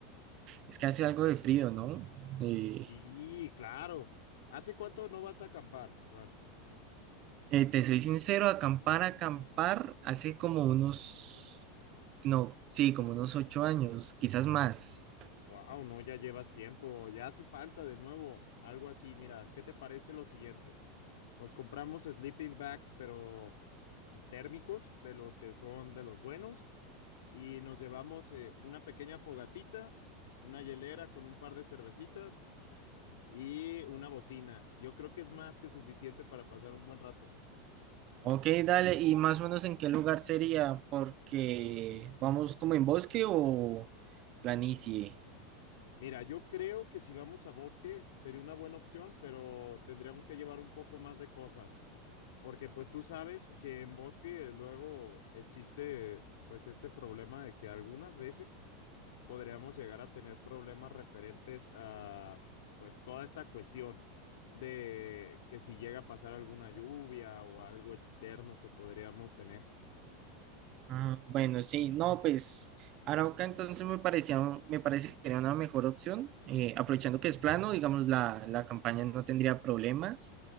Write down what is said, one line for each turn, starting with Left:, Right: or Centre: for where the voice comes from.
Right: es que hace algo de frío, ¿no? Eh,
Left: Sí, claro. ¿Hace cuánto no vas a acampar, Juan?
Right: eh, te soy sincero, acampar, acampar, hace como unos, no, sí, como unos ocho años, quizás más.
Left: Wow, no, ya llevas tiempo, ya hace falta de nuevo, algo así. Mira, ¿qué te parece lo siguiente? Nos compramos sleeping bags, pero térmicos, de los que son de los buenos, y nos llevamos eh, una pequeña fogatita, una hielera con un par de cervecitas y una bocina. Yo creo que es más que suficiente para pasar un buen rato.
Right: Ok, dale, ¿y más o menos en qué lugar sería? Porque vamos como en bosque o planicie.
Left: Mira, yo creo que si vamos a bosque sería una buena opción, pero tendríamos que llevar un poco más de cosas, porque pues tú sabes que en bosque luego existe pues este problema de que algunas veces podríamos llegar a tener problemas referentes a pues toda esta cuestión de que si llega a pasar alguna lluvia o algo externo que podríamos tener.
Right: Ah, bueno, sí, no, pues Arauca entonces me parecía, un- me parece que era una mejor opción, eh, aprovechando que es plano, digamos, la, la campaña no tendría problemas